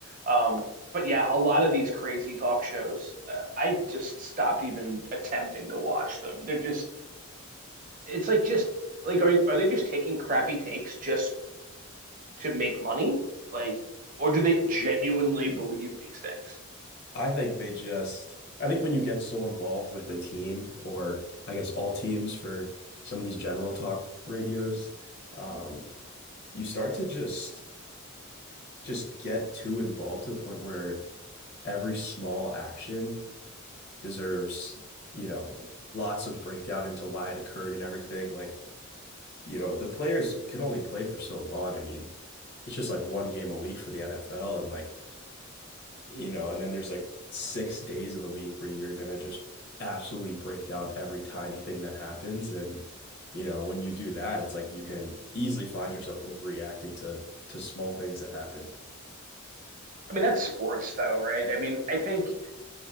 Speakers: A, on the right (about 40°); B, on the left (about 50°).
A: Um, but yeah, a lot of these crazy talk shows, uh, I just stopped even attempting to watch them. They're just it's like just like are are they just taking crappy takes just to make money? Like, or do they genuinely believe these things?
B: I think they just, I think when you get so involved with a team, or I guess all teams for some of these general talk radios, um, you start to just just get too involved to the point where every small action deserves, you know, lots of breakdown into why it occurred and everything. Like, you know, the players can only play for so long. I mean, it's just like one game a week for the NFL and like, you know, and then there's like six days of the week where you're gonna just absolutely break down every tiny thing that happens. And, you know, when you do that, it's like you can easily find yourself overreacting to to small things that happen.
A: I mean, that's sports, though, right? I mean, I think,